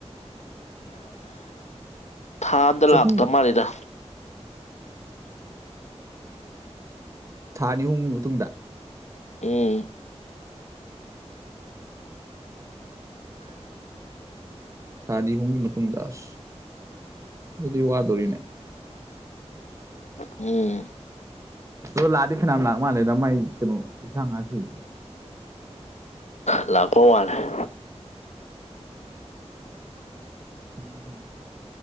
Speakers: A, on the left (about 85°); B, on the right (about 25°).
A: ꯊꯥ ꯑꯝꯗ
B: ꯆꯍꯨꯝ
A: ꯂꯥꯛꯇ ꯃꯥꯜꯂꯤꯗ꯫
B: ꯊꯥ ꯑꯅꯤ ꯍꯨꯝ ꯃꯇꯨꯡꯗ
A: ꯎꯝ
B: ꯊꯥ ꯑꯅꯤ ꯑꯍꯨꯝꯒꯤ ꯃꯇꯨꯡꯗ ꯑꯥꯁ ꯑꯗꯨꯗꯤ ꯋꯥꯗꯣꯔꯤꯅꯦ
A: ꯎꯝ
B: ꯑ ꯂꯥꯗꯤ ꯐꯅꯥꯝ ꯂꯥꯛ ꯃꯥꯜꯂꯦꯗ ꯃꯥꯏ ꯀꯩꯅꯣ ꯀꯨꯊꯥꯡꯉ ꯁꯏ
A: ꯂꯥꯛꯄ ꯃꯥꯟꯂꯦ
B: ꯎꯝ ꯍꯝ